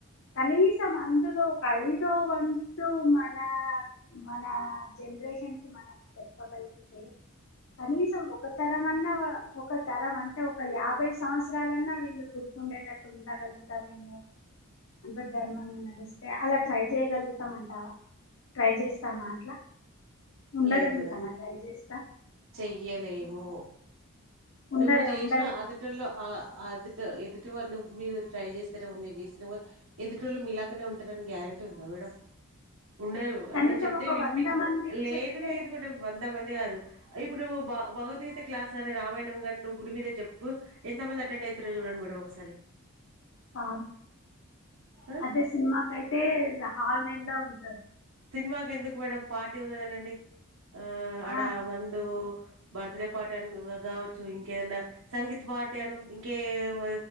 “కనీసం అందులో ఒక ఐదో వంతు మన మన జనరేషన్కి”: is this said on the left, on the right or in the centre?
Left